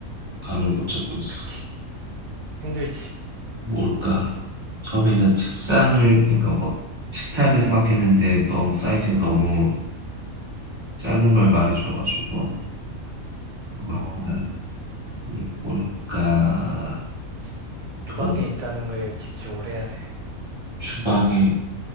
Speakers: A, on the right (about 20°); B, on the right (about 75°).
A: 감을 못 잡고 있어.
B: 그치. 힘들지.
A: 뭘까? 처음에는 책상을, 그러니까 뭐, 식탁을 생각했는데 너무 사이즈가 너무 작은 걸 말해줘가지고,
B: 어,
A: 뭘까? 이게 뭘까? 동,
B: 주방에 있다는 거에 집중을 해야 돼.
A: 주방에,